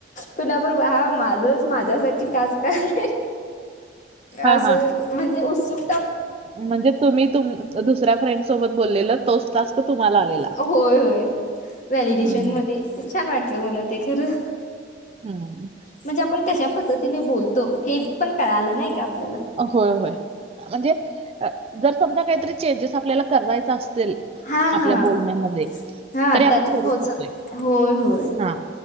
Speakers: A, on the left (about 45°); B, on the right (about 30°).
A: कुणावर व हा माझचं माझ्यासाठी टास्क आले.
B: हां,
A: असं
B: हां.
A: म्हणजे उत्सुक
B: म्हणजे तुम्ही तु दुसऱ्या फ्रेंड सोबत बोललेल तोच टास्क तुम्हाला आलेला.
A: होय होय. व्हॅलिडिशन
B: हं, हं.
A: मध्ये छान वाटलं मला ते खरं‌.
B: हम्म.
A: म्हणजे आपण कशा पद्धतीने बोलतो, हे पण कळालं नाही का आपल्याला?
B: होय होय म्हणजे जर समजा काहीतरी चेंजेस आपल्याला करायचा अस सेल
A: हा
B: आपल्या
A: हा
B: बोलण्यामध्ये
A: हा
B: तरी आपण
A: त्यातून
B: करू
A: होत
B: शकतोय.
A: जातंय होय होय.
B: हां.